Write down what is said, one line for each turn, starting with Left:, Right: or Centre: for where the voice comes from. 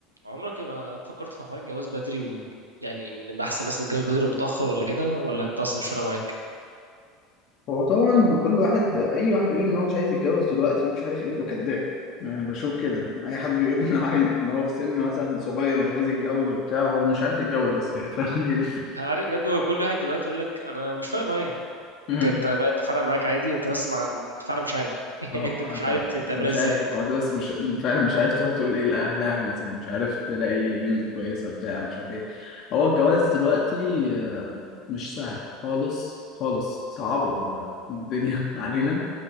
Right: عمرك ما فكرت في حوار الجواز بدري و يعني نبقى احسن مثلا نتجوز بدري ولا متاخر ولا كده ولا انت اصلا مش فارق معاك
Left: هو طبعا كل واحد اي واحد بيقول ان هو مش عايز يتجوز دلوقتي مش عارف ايه بكداب يعني بشوف كده اي حد بيقول ان هو عايز ان هو في سن مثلا صغير ومش عايز يتجوز وبتاع هو مش عارف يتجوز بس هي فاهم هي دي الفكرة.
Right: عارف يا ابني هو كل واحد دلوقتي يقول لك انا مش فارق معايا
Left: مم.
Right: انت انت لا انت فارق معاك عادي انت بس مع انت فعلا مش عارف <laughs>
Left: اه
Right: انت
Left: آه،
Right: مش
Left: انت
Right: عارف ت-
Left: انت
Right: تعملها
Left: مش
Right: ازاي
Left: عارف
Right: بس
Left: هو ده بس مش فعلا مش عارف تروح تقول ايه لاهلها مثلا مش عارف تلاقي بنت كويسه بتاع مش عارف ايه هو الجواز دلوقتي آه، مش سهل خالص خالص صعبوا ال- الدنيا <laughs> علينا